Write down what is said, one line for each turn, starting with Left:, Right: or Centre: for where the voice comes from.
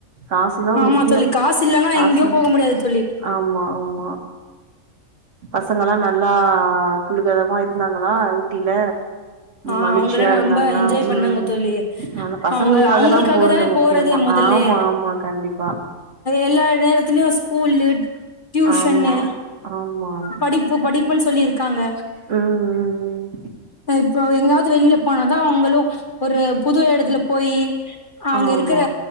Right: காசுதா
Left: ஆமா
Right: முக்கியோ
Left: தோழி காசு இல்லன்னா
Right: காசு
Left: எங்கேயோ போக முடியாது தோழி
Right: ஆமா ஆமா பசங்கல்லா நல்லா குல்கதமா இருந்தாங்கள வா ஊட்டில
Left: ஆ
Right: மகிழ்ச்சியா
Left: அவுங்கால
Right: இருந்தாங்களா
Left: ரொம்ப என்ஜாய்
Right: ம்
Left: பண்ணாங்க
Right: ம்
Left: தோழி
Right: அதா பசங்களுக்காக
Left: அவுங்க அவுங்களுக்காக
Right: தா போறது
Left: தானே
Right: முக்கியமா
Left: போறதே மொதல்லே
Right: ஆமா ஆமா கண்டிப்பா
Left: எல்லா நேரத்துலயு ஸ்கூல்லு டியூஷன்னு
Right: ஆமா ஆமா
Left: படிப்பு படிப்புன்னு சொல்லி இருக்காங்க
Right: உம் உம் உம்
Left: இப்போ எங்காவது வெளில போனாதா அவுங்களு ஒரு புது எடத்துல போயி அங்க
Right: ஆமா
Left: இருக்குற